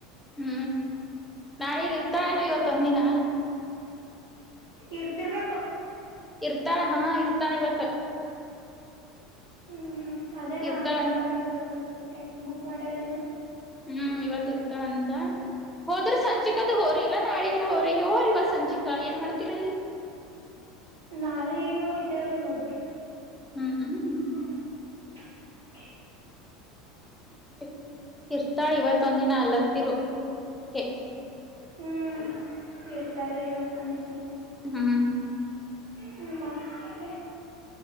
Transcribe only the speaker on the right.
ಹ್ಮ್
ಹ್ಮ್
ಇರ್ತಿರ್ಬೇಕು
ಹು ಹು ಹು ಅದೇ
ನಾಳೆಗೆ ಬಸ್ಅ ಟಿಕೆಟ್ ಬುಕ್ ಮಾಡ್ಯಾರನು.
ನಾಳೆ ಈಗ ಹೋಯ್ತೇವ್ರೀ ಹೋದ್ರ.
ಕಣ್ಣ್ ಮೋಚಗೋರಿ
ಹು ಇರ್ತಾರ ಇವತ್ತೊಂದಿನಾ
ಹುಮತ್ತರಿ